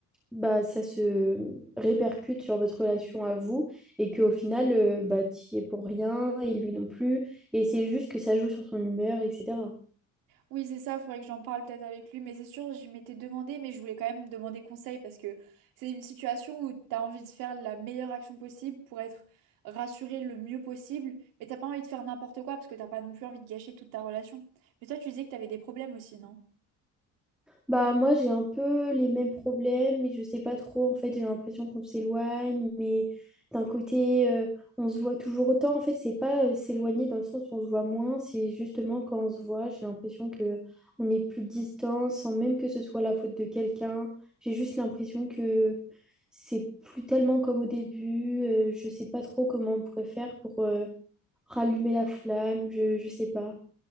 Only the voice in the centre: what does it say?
bah, ça se répercute sur votre relation à vous et qu'au final, euh, bah, t'y es pour rien et lui non plus. Et c'est juste que ça joue sur son humeur, etc.
Bah moi j'ai un peu les mêmes problèmes mais je sais pas trop en fait j'ai l'impression qu'on s'éloigne mais d'un côté euh, on se voit toujours autant en fait c'est pas euh, s'éloigner dans le sens où on se voit moins c'est justement quand on se voit j'ai l'impression que on est plus distant sans même que ce soit la faute de quelqu'un j'ai juste l'impression que c'est plus tellement comme au début euh, je sais pas trop comment on pourrait faire pour euh, rallumer la flamme je je sais pas